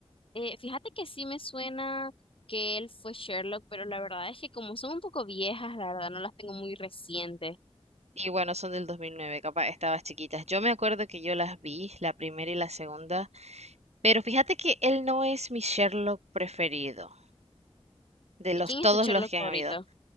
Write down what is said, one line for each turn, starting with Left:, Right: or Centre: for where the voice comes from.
Left: Eh, fíjate que sí me suena que él fue Sherlock, pero la verdad es que como son un poco viejas, la verdad no las tengo muy recientes.
Right: Y bueno, son del 2009, capaz estabas chiquitas. Yo me acuerdo que yo las vi, la primera y la segunda, pero fíjate que él no es mi Sherlock preferido. de los
Left: ¿Y quién
Right: todos
Left: es tu Sherlock
Right: los que
Left: favorito?
Right: han habido.